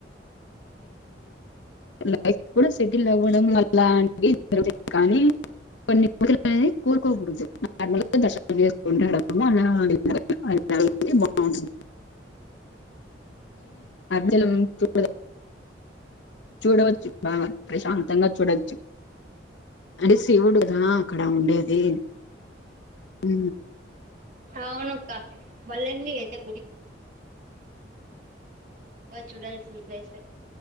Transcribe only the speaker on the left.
లైఫ్ కూడా సెటిల్ అవ్వడం వల్ల అనేది జరుగుంది కానీ <unintelligible> కొన్ని <unintelligible> ఇప్పుడే కోరుకోకూడదు నార్మల్గ దర్శనం చేసుంటం అనాలి అలా అయితే బాగుంటుంది చూడ చూడవచ్చు ప్రశాంతంగా చూడవచ్చు అంటే శివుడుగా కదా అక్కడ ఉండేది హ